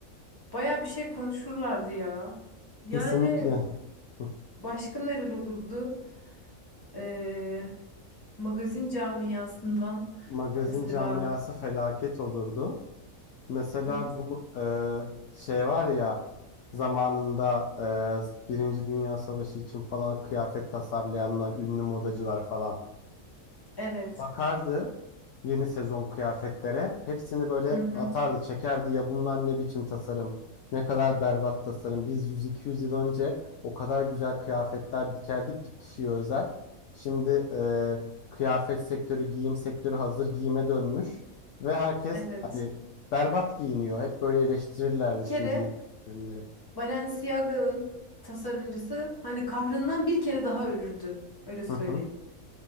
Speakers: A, on the left; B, on the left.
A: Baya bir şey konuşurlardı ya. Yani
B: Kesinlikle. Hı.
A: başka neler olurdu? Ee, magazin camiasından
B: Magazin
A: mesela
B: camiası felaket olurdu. Mesela
A: evet.
B: bu e, şey var ya zamanında e, Birinci Dünya Savaşı için falan kıyafet tasarlayanlar, ünlü modacılar falan.
A: Evet.
B: bakardı yeni sezon kıyafetlere. Hepsini böyle
A: Hı hı,
B: atardı, çekerdi. Ya bunlar ne biçim tasarım, ne kadar berbat tasarım. Biz 100-200 yıl önce o kadar güzel kıyafetler dikerdik ki kişiye özel. Şimdi e, kıyafet sektörü, giyim sektörü hazır giyime dönmüş. Ve herkes
A: evet.
B: hani berbat giyiniyor. Hep böyle eleştirirlerdi
A: Bir kere
B: şimdi yeni dönemleri.
A: Balenciaga'nın tasarımcısı hani kahrından bir kere daha ölürdü. Öyle söyleyeyim.
B: Hı hı,